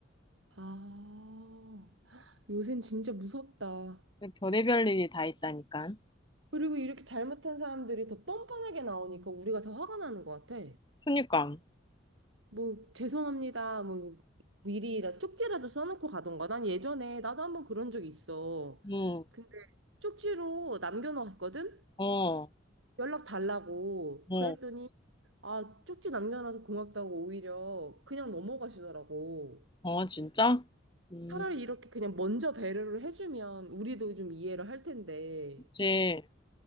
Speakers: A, on the right (about 75°); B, on the left (about 25°).
A: 아, 요샌 진짜 무섭다.
B: 별의별 일이 다 있다니까.
A: 그리고 이렇게 잘못한 사람들이 더 뻔뻔하게 나오니까 우리가 더 화가 나는 것 같아.
B: 그니까.
A: 뭐 죄송합니다. 뭐 미리 라- 쪽지라도 써놓고 가던가. 난 예전에 나도 한번 그런 적이 있어.
B: 응.
A: 근데 쪽지로 남겨놓았거든?
B: 어.
A: 연락 달라고.
B: 어.
A: 그랬더니 아 쪽지 남겨놔서 고맙다고 오히려 그냥 넘어가시더라고.
B: 어 진짜? 음.
A: 차라리 이렇게 그냥 먼저 배려를 해주면 우리도 좀 이해를 할 텐데
B: 그치.